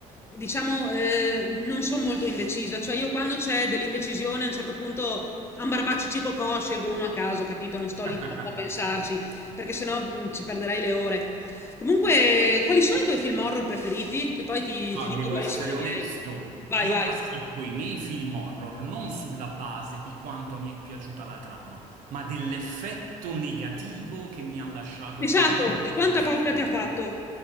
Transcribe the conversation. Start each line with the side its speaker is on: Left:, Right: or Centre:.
Left: diciamo, eh, non sono molto indecisa. Cioè io quando c'è dell'indecisione a un certo punto ambarbacci cicocò, scelgo uno a caso, capito? Non sto lì
Right: <laughs>
Left: troppo a pensarci, perché sennò mh, ci perderei le ore. Comunque, quali sono i tuoi film horror preferiti? Che poi ti,
Right: Ah,
Left: ti dico
Right: devo
Left: quali
Right: essere
Left: sono i
Right: onesto,
Left: miei. Vai,
Right: io
Left: vai.
Right: classifico i miei film horror non sulla base di quanto mi è piaciuta la trama, ma dell'effetto negativo che mi ha lasciato
Left: Esatto,
Right: emotivamente
Left: di quanta
Right: a posteriori.
Left: paura ti ha fatto?